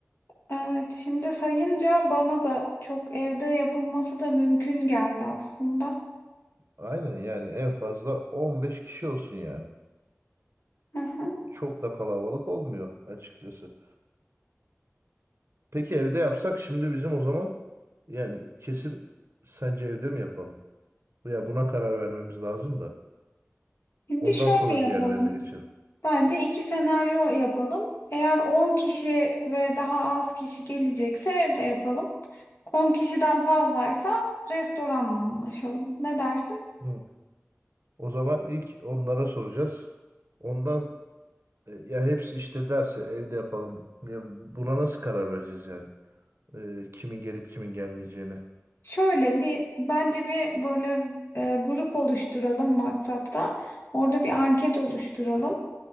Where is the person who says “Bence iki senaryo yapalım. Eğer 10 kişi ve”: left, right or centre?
Left